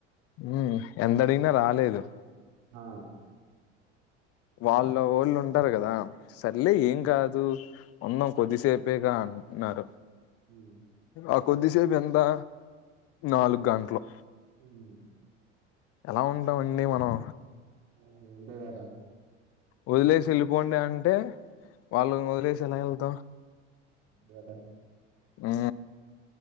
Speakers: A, on the left; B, on the right.
A: ఉం ఎంత అడిగినా రాలేదు
B: ఆ
A: వాళ్ళు ఒళ్ళు ఉంటారు కదా సర్లే ఏం కాదు ఉందం కొద్దిసేపేగా అంటనరు
B: ఆ
A: ఆ కొద్దిసెప్ ఎంతా నాలుగు గంటలు
B: ఉం
A: ఎలా ఉంటామండి మనం
B: ఉం ఇంతేగద
A: వదిలేసి ఎళ్ళిపోండి అంటే వాళ్ళను వదిలేసి ఎలా ఎల్తామ్
B: గదా
A: ఆ